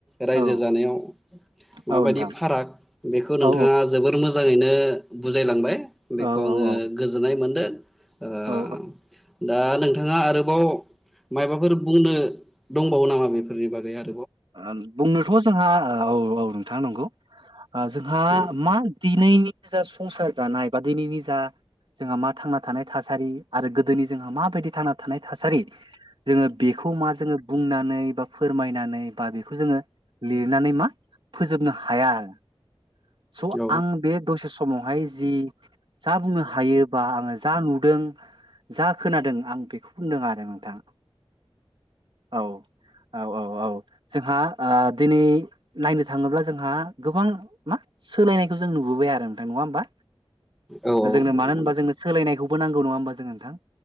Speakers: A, in the centre; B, on the right (about 55°).
A: रायजो
B: औ
A: जानायाव माबायदि
B: औ नोंथां
A: फाराग बेखौ नोंथाङा
B: औ
A: जोबोर मो मोजाङैनो बुजायलांबाय बेखौ
B: औ
A: आङो
B: औ
A: गोजोननाय मोनदों ओ
B: औ
A: दा नोंथाङा आरोबाव माबाफोर बुंनो दंबावो नामा बेफोरनि बागै आरो
B: ओ बुंनोथ' जोंहा औ औ नोंथाङा नंगौ ओ जोंहा
A: औ
B: मा दिनैनि जा संसार जानाय बा दिनैनि जा जोंहा मा थांना थानाय थासारि आरो गोदोनि जोंहा माबायदि थांना थानाय थासारि जोङो बेखौ मा जोङो बुंनानै बा फोरमायनानै बा बेखौ जोङो लिरनानै मा फोजोबनो हाया आरो स'
A: औ
B: आं बे दसे समावहाय जि जा बुंनो हायोबा आङो जा नुदों जा खोनादों आं बेखौ बुंदों आरो नोंथां औ औ औ औ जोंहा ओ दिनै नायनो थाङोब्ला जोंहा गोबां मा सोलायनायखौ जों नुबोबाय आरो नोंथां नङा होमबा
A: औ औ
B: जोंनो
A: नंगौ
B: मानो होमबा
A: नोंथां
B: सोलायनायनायखौ बो नांगौ नङा होमबा जों नोंथां